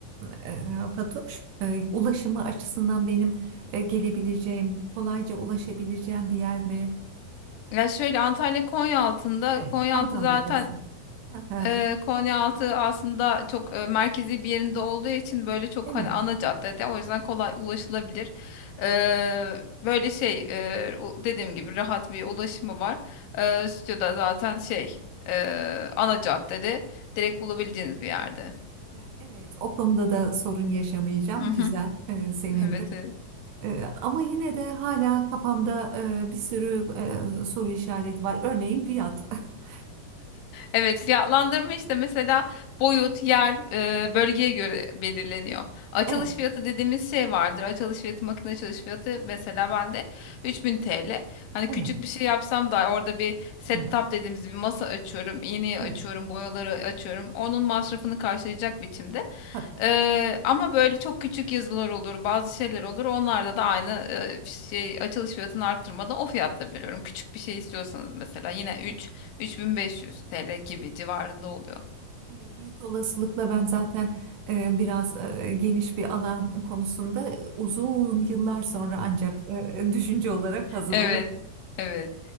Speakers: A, on the right (about 70°); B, on the left (about 75°).
A: e, Fatoş? E, ulaşımı açısından benim e, gelebileceğim, kolayca ulaşabileceğim bir yer mi?
B: Ya şöyle Antalya Konyaaltı'nda
A: Evet.
B: Konyaaltı
A: Antalya'dasın.
B: zaten
A: Hı hı.
B: e, Konyaaltı aslında çok e, merkezi bir yerinde olduğu için böyle çok
A: Evet.
B: hani ana caddede o yüzden kolay ulaşılabilir. E, böyle şey e, u- dediğim gibi rahat bir ulaşımı var. E, stüdyoda zaten şey e, ana caddede direkt bulabileceğiniz bir yerde.
A: E, Evet, o konuda da sorun yaşamayacağım.
B: Hı hı.
A: Güzel, e, sevindim.
B: <laughs> Evet. evet.
A: E, ama yine de hala kafamda e, bir sürü e, soru işareti var. Örneğin fiyat. <laughs>
B: Evet, fiyatlandırma işte mesela boyut, yer, e, bölgeye göre belirleniyor. Açılış
A: Evet.
B: fiyatı dediğimiz şey vardır. Açılış fiyatı, makine açılış fiyatı mesela bende 3000 TL. Hani
A: Evet.
B: küçük bir şey yapsam da orada bir setup
A: Hı hı.
B: dediğimiz bir masa açıyorum, iğneyi açıyorum,
A: Evet,
B: boyaları açıyorum. Onun masrafını karşılayacak biçimde.
A: Evet.
B: Eee, ama böyle çok küçük yazılar olur, bazı şeyler olur. Onlarda da aynı eee, şey açılış fiyatını arttırmadan o fiyatta veriyorum. Küçük bir şey istiyorsanız mesela yine
A: tabii.
B: üç 3500 TL gibi civarında oluyor.
A: Evet, büyük olasılıkla ben zaten e, biraz e, geniş bir alan konusunda e, uzun yıllar sonra ancak e, düşünce olarak hazır
B: Evet,
A: olabilirim.
B: evet.